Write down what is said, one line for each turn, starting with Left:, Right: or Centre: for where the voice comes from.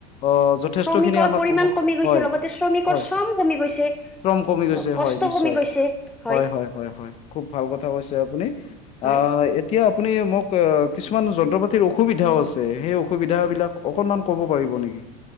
Left: অ', যথেষ্ট
Centre: শ্ৰমিকৰ
Left: খিনি আমাক
Centre: পৰিমাণ
Left: সহ-
Centre: কমি গৈছে
Left: হয়
Centre: লগতে শ্ৰমিকৰ
Left: হয়
Centre: শ্ৰম কমি গৈছে,
Left: শ্ৰম কমি গৈছে
Centre: কষ্ট
Left: হয় নিশ্চয়
Centre: কমি গৈছে, হয়।
Left: হয়, হয়, হয়, খুব ভাল কথা কৈছে আপুনি, আহ
Centre: হয়।
Left: এ এতিয়া আপুনি মোক কিছুমান যন্ত্ৰ পাতিৰ অসুবিধাও আছে সেই অসুবিধাবিলাক অকণমান ক'ব পাৰিব? নেকি